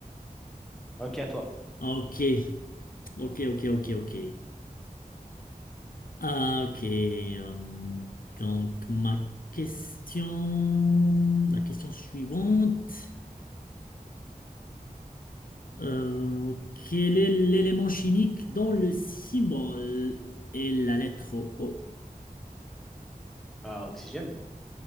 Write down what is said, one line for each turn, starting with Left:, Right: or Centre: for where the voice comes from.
Centre: Ok, à toi.
Left: Ah, Ok, ok, ok, ok, ok. Ah, ok, euh, donc ma question, la question suivante, euh, quel est l'élément chimique dont le symbole est la lettre O?
Centre: Euh, oxygène?